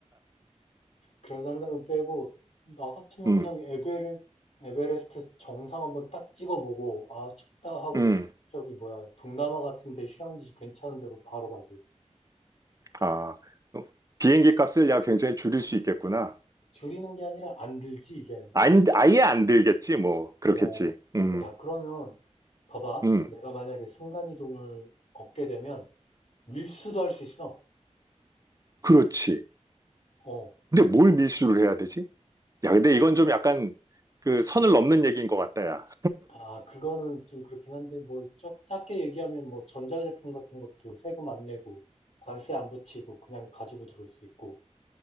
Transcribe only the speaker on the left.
그런 상상은 빼고, 나 같으면
그냥 에베레, 에베레스트 정상 한번 딱 찍어보고, 아, 춥다 하고,
저기 뭐야, 동남아 같은데 휴양지 괜찮은 데로 바로 가지.
줄이는 게 아니라 안 들지, 이젠.
어,
야, 그러면, 봐봐.
내가 만약에 순간이동을 얻게 되면, 밀수도 할 수 있어.
어,
어.
아, 그거는 좀 그렇긴 한데, 뭐, 쫙, 작게 얘기하면 뭐, 전자제품 같은 것도 세금 안 내고, 관세 안 붙이고, 그냥 가지고 들어올 수 있고,